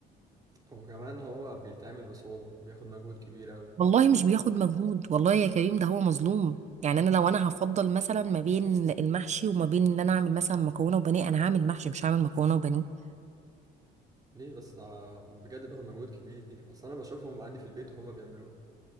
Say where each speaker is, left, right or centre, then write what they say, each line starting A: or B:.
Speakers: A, on the right; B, on the right.
A: وكمان هو بيتعمل بصعوبه بياخد مجهود كبير قوي
B: والله مش بياخد مجهود والله يا كريم ده هو مظلوم يعني انا لو انا هفضل مثلا ما بين المحشي وما بين ان انا اعمل مثلا مكرونه وبانيه انا هعمل محشي مش هعمل مكرونه وبانيه
A: ليه بس ده بجد بياخد مجهود كبير اصل انا بشوفهم عندي في البيت وهما بيعملوه